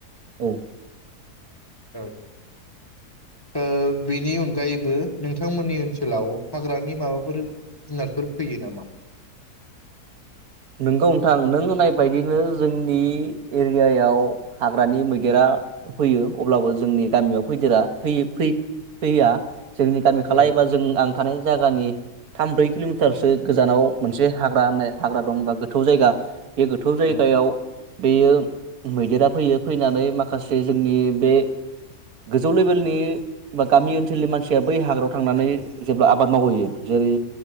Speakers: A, on the right; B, on the left.
A: औ।
B: औ औ। ओ बिनि अनगायैबो नोंथांमोननि ओनसोलाव हाग्रानि माबाफोर जुनारफोर फैयो नामा?
A: नोंगौ ओन्थां नों होननाय बायदिनो जोंनि एरियायाव हाग्रानि मैदेरा फैयो अब्लाबो जोंनि गामियाव फैदेरा फैयो फै फैया। जोंनि गामि खालाय
B: औ
A: एबा जों आं थानाय जागानि थाम ब्रै किलमिटारसो गोजानाव मोनसे हाग्रा होननाय हाग्रा दं बा गोथौ जायगा बे गोथौ जायगायाव
B: औ
A: बेयो मैदेरा फैयो फैनानै माखासे जोंनि बे गोजौ लेभेलनि बा गामि ओनसोलनि मानसिया बै हाग्रायाव थांनानै जेब्ला आबाद मावहैयो जेरै